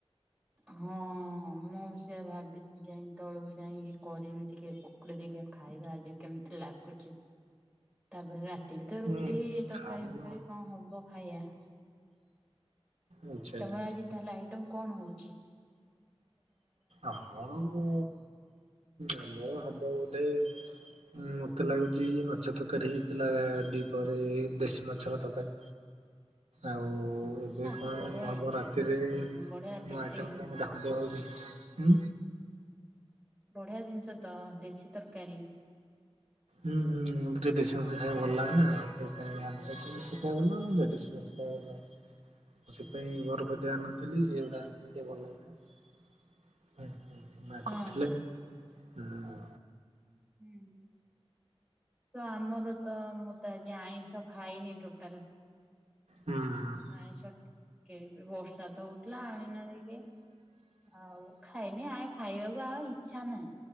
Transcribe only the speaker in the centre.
ହଁ, ମୁଁ ବି ସେୟା ଭାବିଛି କାଇଁ ତଳକୁ ଯାଇଂକି କରିବି ଟିକେ ପକୁଡି଼ ଦେଖିଆ ଖାଇବା ଆଜି କେମିତି ଲାଗୁଚି। ତାପରେ ରାତିକି ତ
ରୁଟି, ତରକାରୀ
ଫରକାରୀ କଣ ହବ ଖାଇବା।
ତମର
ଆଜି ତାହଲେ ଆଇଟମ୍ କଣ ହୋଉଚି?
ଆ
ବଢିଆ
ହେଇ
ବଢିଆ ଟେଷ୍ଟି
ଜିନିଷ।
ବଢ଼ିଆ ଜିନିଷ ତ ଦେଶୀ ତରକାରୀ।
ହଁ।
ହୁଁ, ତ ଆମର ତ ମୁଁ ତ ଆଜି ଆଇଁଷ ଖାଇନି ଟୋଟାଲ।
ଆଇଁଷ କେ ବି ବର୍ଷା ତ ହଉଥିଲା ଆଣିନାହାନ୍ତି କିଏ। ଆଉ ଖାଇନି ଆଇ ଖାଇବାକୁ ଆଉ ଇଚ୍ଛା ନାହିଁ।